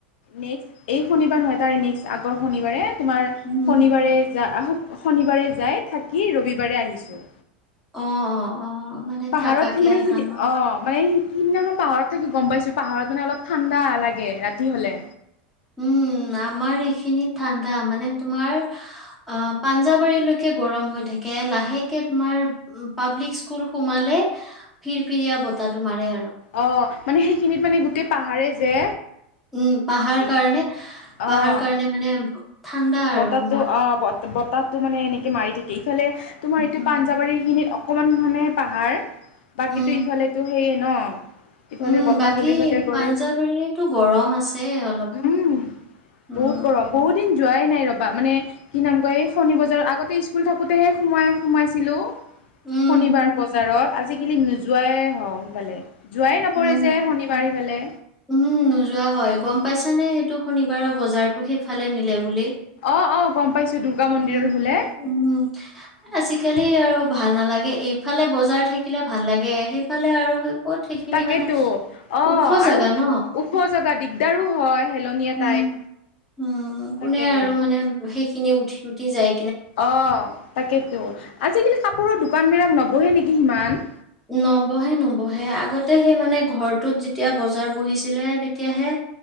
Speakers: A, on the left; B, in the centre.
A: নেক্সট এই শনিবাৰ নহয় তাৰে নেক্সট আগৰ শনিবাৰে তোমাৰ
B: উম,
A: শনিবাৰে যা আহোক শনিবাৰে যাই থাকি ৰবিবাৰে আহিছোঁ
B: অ অ অ মানে
A: পাহাৰত
B: থাকাকে
A: মানে
B: আহা
A: স
B: ন?
A: অ মানে সেইদিনাখন পাহাৰত থাকি গম পাইছো পাহাৰত মানে অলপ ঠাণ্ডা লাগে ৰাতি হ'লে।
B: উম আমাৰ এইখ খিনি ঠাণ্ডা মানে তোমাৰ অ পাঞ্জাবাৰীলৈকে গৰম হৈ থাকে লাহেকে তোমাৰ পাব্লিক স্কুল সোমালে ফিৰ ফৰিয়া বতাহটো মাৰে আৰু
A: অ মানে সেইখিনিত মানে গোটেই পাহাৰে যে
B: উম পাহাৰ
A: এই
B: কাৰণে পাহাৰ
A: অ'
B: কাৰণে মানে ঠাণ্ডা
A: বতাহটো
B: আৰু তোমাৰ।
A: অ বতাহটো মানে এনেকে মাৰি থাকি ইফালে তোমাৰ এইটো
B: উম।
A: পাঞ্জাৱাৰীখিনিত অকমান মানে পাহাৰ বাকীতো
B: উম,
A: ইফালেতো থ ন ইফালে
B: উম
A: বতাহ
B: বাকী
A: খুলিফালে গৰেজ
B: পাঞ্জাৱাৰীতো গৰম আছে অলপ
A: উম বহুত
B: উম
A: গৰম বহুত দিন যোৱাই নাই ৰ'বা মানে কি নাম কয় এই শণী বজাৰ আগতে স্কুল থাকোঁতেহে সোমাই সোমাইছিলোঁ
B: উম,
A: শনিবাৰ বজাৰত আজিকালি নোযোৱাই হওঁ সিফালে যোৱাই নপৰে
B: উম।
A: যে শনিবাৰ সিফালে
B: উম নোযোৱা
A: সেইকাৰণে
B: হয় গম পাইছা নে সেইটো শনিবাৰৰ বজাৰতো সিফালে নিলে বুলি
A: অ' অ' গম পাইছো দুৰ্গা মন্দিৰৰ
B: উম
A: ফালে
B: উম
A: অ'
B: আজিকালি আৰু ভাল নালাগে ে এইফালে বজাৰ থাকিলে ভাল লাগে সেইফালে আৰু ক'ত সেইখিনি
A: তাকেতো
B: মানে
A: অ
B: ওখ জেগা
A: আৰু
B: ন।
A: ওখ জেগা দিগদাৰো হয় হেলনীয়া
B: উম
A: টাইপ
B: উম
A: তাকেতো
B: কোনে আৰু মানে সেইখিনি উঠি উঠি যায়
A: অ তাকেতো আজিকালি কাপোৰৰ দোকান বিলাক নব বহে নেকি সিমান
B: নবহে নবহে আগতে সেই মানে ঘৰটোত যেতিয়া বজাৰ বহিছিলে তেত তেতিয়াহে